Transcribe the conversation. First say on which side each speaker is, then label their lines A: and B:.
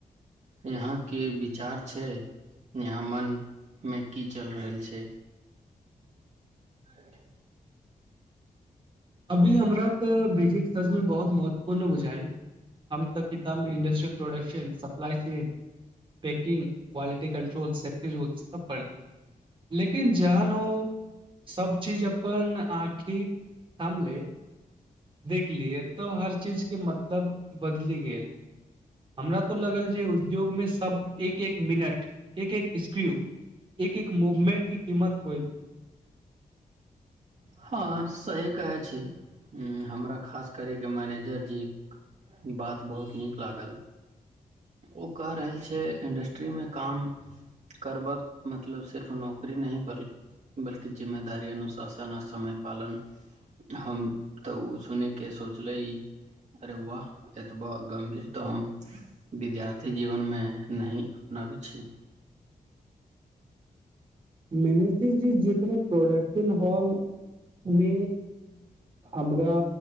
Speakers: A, on the right; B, on the right.
A: यहाँके विचार छै यहाँ मनमे की चलि रहल छै आर
B: अभी हमरा तऽ बिजिट सचमे बहुत महत्वपूर्ण बुझाायल हम तऽ किताबमे industrial production supply chain packing quality control safety rules सब पढ़लियै लेकिन जहन ओ सब चीज अपन आँखि सामले देखलियै तब हर चीजके मतलब बदलि गेल हमरा तो लगल जे उद्योगमे सब एक एक मिनट एक एक स्क्रू एक एक मूवमेंट क कीमत होइ छै
A: हँ सही कहै छी हमरा खास करयके मैनेजरजीक बात बहुत नीक लागल ओ क रहल छै इंडस्ट्रीमे काम करबाकक मतलब सिर्फ नौकरी नहि बल बल्कि जिम्मेदारी अनुशासन आ समय पालन हम तऽ ओ सुन कऽ सोचलै ई अरे वाह एतबा गम्भीर तऽ हम विद्यार्थी जीवनमे नहि अपनाबै छी
B: मैने जे जेकरा प्रोडक्शन हॉल व हमरा